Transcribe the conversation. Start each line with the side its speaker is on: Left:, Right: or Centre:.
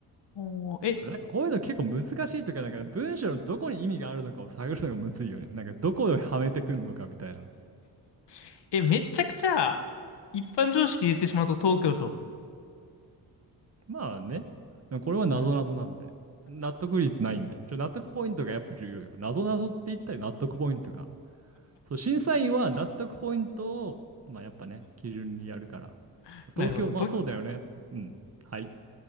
Left: おーえ、
Right: なんかこういうの結構難しいというか、なんか文章のどこに意味があるのかを探るのがむずいよね。なんかどこをはめてくんのかみたいな。
Left: <laughs> え、めっちゃくちゃ、一般常識で言ってしまうと東京都。
Right: まあね。でもこれは謎々なので。
Left: はい
Right: 納得率ないんで。ちょ、納得ポイントがやっぱ重要よ。謎々って言ったり納得ポイントが。そう、審査員は納得ポイントを、まあやっぱね、基準にやるから。
Left: <laughs> なるほど。
Right: 東京、まあそうだよね。
Left: と <laughs>
Right: うん。はい。